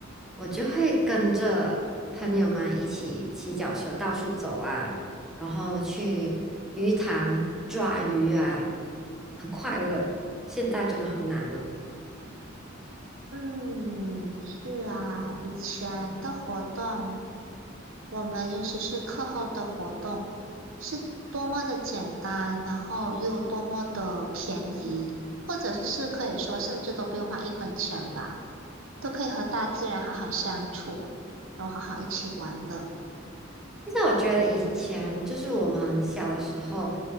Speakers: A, in the centre; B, on the right (about 75°).
A: 我就会跟着朋友们一起骑脚车到处走啊，然后去鱼塘抓鱼啊，很快乐。现在真的很难了。
B: 嗯，是啊，以前的活动。我们尤其是课后的活动是多么的简单，然后又多么的便宜，或者是可以说甚至都不用花一分钱吧，都可以和大自然好好相处，然后好好一起玩乐。
A: 其实我觉得以前就是我们小的时候，